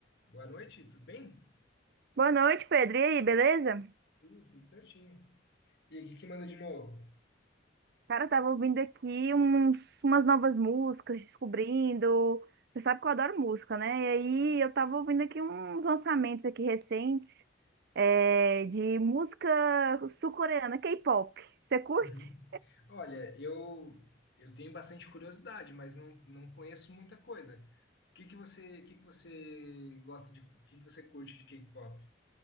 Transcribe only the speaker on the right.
Boa noite, Pedro. E aí, beleza?
Cara, eu tava ouvindo aqui uns- umas novas músicas, descobrindo. Você sabe que eu adoro música, né? E aí eu tava ouvindo aqui uns lançamentos aqui recentes, é, de música sul-coreana, K-pop. Você curte?